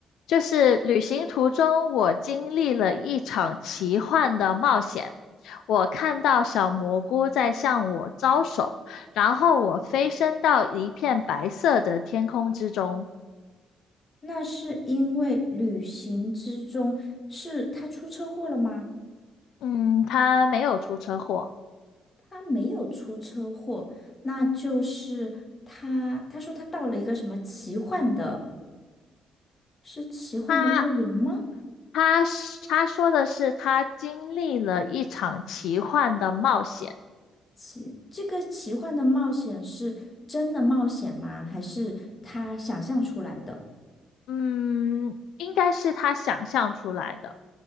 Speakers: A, on the left (about 80°); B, on the left (about 30°).
A: 就是旅行途中，我经历了一场奇幻的冒险。我看到小蘑菇在向我招手，然后我飞升到一片白色的天空之中。
B: 那是因为旅行之中是他出车祸了吗？
A: 嗯，他没有出车祸，
B: 他没有出车祸，那就是他他说他到了一个什么奇幻的，是奇幻的乐园吗？
A: 他他是他说的是他经历了一场奇幻的冒险，
B: 奇，这个奇幻的冒险是真的冒险吗？还是他想象出来的？
A: 嗯，应该是他想象出来的，